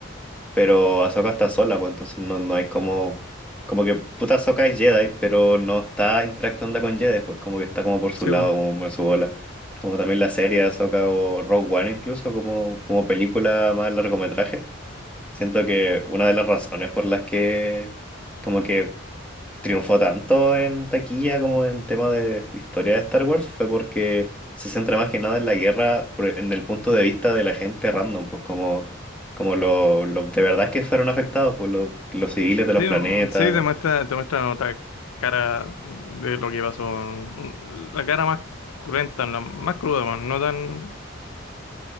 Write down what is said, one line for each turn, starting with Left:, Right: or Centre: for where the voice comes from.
Centre: Pero Ahsoka está sola, pues entonces no, no hay como... Como que puta Ahsoka es Jedi, pero no está interactuando con Jedi, pues como que está como por su
Left: Sí,
Centre: lado,
Left: weón.
Centre: como en su bola. Como también la serie de Ahsoka o Rogue One incluso, como, como película más largometraje. Siento que una de las razones por las que como que triunfó tanto en taquilla como en tema de historia de Star Wars fue porque se centra más que nada en la guerra, por- en el punto de vista de la gente random, pues como, como los de verdad que fueron afectados, pues los, los civiles de los
Left: Sí,
Centre: planetas.
Left: mm, sí, te muestra, te muestra otra cara de lo que pasó. weón. Un- La cara más cruenta, la más cruda, weón, no tan...